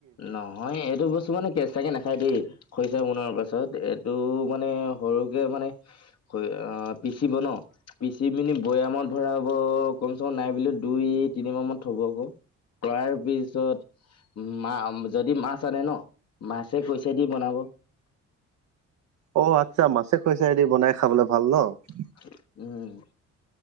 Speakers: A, on the left; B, on the right.
A: নহয় এইটো বস্তু মানে কেঁচাকে নাখায় দেই। <unintelligible> খইচা বনোৱাৰ পাছত এইটো মানে সৰুকে মানে <unintelligible> <unintelligible> অ! পিচিব ন পিচি পিনি বৈয়ামত ভৰাব, কমচে কম নাই বুলিও দুই, তিনি মাহ মান থব আকৌ। <unintelligible> তাৰ পিছত <unintelligible> মা যদি মাছ আনে ন মাছে, খ্ইচা দি বনাব। <unintelligible>
B: অ আচ্ছা মাছে খৰিচা দি বনাই খাবলৈ ভাল ন? <unintelligible>
A: <unintelligible> উম!